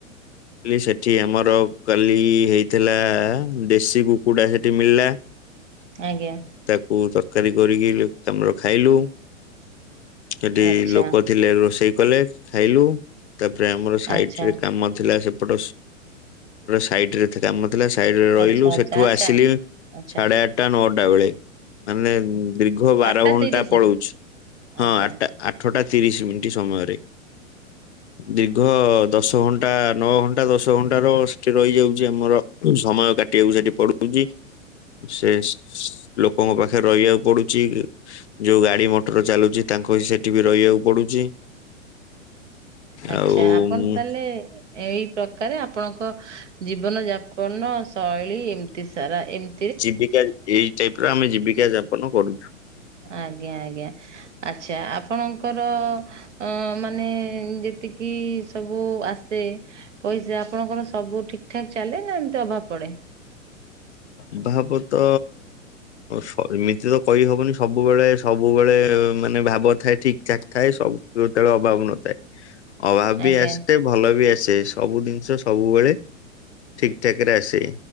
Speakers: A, on the left; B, on the right.
A: ସେଠି ଆମର କାଲି ହେଇଥିଲା। ଦେଶୀ କୁକୁଡା ସେଠି ମିଳିଲା
B: ଆଜ୍ଞା।
A: ତାକୁ ତରକାରୀ କରିକି <unintelligible> ମୋର ଖାଇଲୁ। ସେଠି
B: ଆଚ୍ଛା
A: ଲୋକ ଥିଲେ ରୋଷେଇ କଲେ ଖାଇଲୁ। ତାପରେ ଆମର ସାଇଟ
B: ଆଚ୍ଛା
A: ରେ କାମ ଥିଲା ସେପଟ ସାଇଡ ରେ ଏତେ କାମ ଥିଲା ସାଇଡ ରେ ରହିଲୁ
B: ଆଚ୍ଛା ଆଚ୍ଛା
A: ସେଠୁ
B: ଆଚ୍ଛା
A: ଆସିଲି
B: ଆଚ୍ଛା
A: ସାଢେ ଆଠ। ଆଠଟା ନଅଟା ବେଳେ। ମାନେ ଦୀର୍ଘ ବାର
B: ଆଠଟା
A: ଘଣ୍ଟା
B: ତିରିଶି।
A: ପଳଉଛି, ହଁ
B: ଆଚ୍ଛା
A: ଆଠଟା। ଆଠଟା ତିରିଶ ମିନିଟ୍ ସମୟରେ। ଦୀର୍ଘ ଦଶ ଘଣ୍ଟା, ନଅ ଘଣ୍ଟା, ଦଶ ଘଣ୍ଟା ର ସେଠି ରହିଯାଉଛି ଆମର। ସମୟ କାଟିବାକୁ ସେଠି ପଡୁଛି। ସେ ଲୋକଙ୍କ ପାଖରେ ରହିବାକୁ ପଡୁଛି। ଯୋଉ ଗାଡି ମଟର ଚାଲୁଛି ତାଙ୍କ ସେଠି ବି ରହିବାକୁ ପଡୁଛି।
B: ଆଚ୍ଛା,
A: ଆଉ ଉଁ,
B: ଆପଣ ତାହେଲେ ଏଇ ପ୍ରକାରେ ଆପଣଙ୍କ ଜୀବନ ଯାପନ ଶୈଳୀ ଏମିତି ସାରା ଏମ୍
A: ଜୀବିକା, ଏଇ ଟାଇପ ର ଆମେ ଜୀବିକା ଯାପନ କରୁଛୁ।
B: ଆଜ୍ଞା ଆଜ୍ଞା। ଆଚ୍ଛା ଆପଣଙ୍କର ଅ ମାନେ ଯେତିକି ସବୁ ଆସେ ପଇସା, ଆପଣଙ୍କର ସବୁ ଠିକ୍ ଠାକ୍ ଚାଲେ ନା ଏମିତି ଅଭାବ ପଡେ।
A: ଅଭାବ ତ ସରି ନିଜେ ତ କହିହବନି ସବୁବେଳେ ସବୁବେଳେ ମାନେ ଭାବ ଥାଏ ଠିକ୍ ଚାଲି ଥାଏ ସବୁ କେତେବେଳେ ଅଭାବ ନଥାଏ। ଅଭାବ ବି
B: ଆଜ୍ଞା
A: ଆସି ଭଲ ବି ଆସେ। ସବୁ ଜିନିଷ ସବୁବେଳେ ଠିକ୍ ଠାକ୍ ରେ ଆସେ।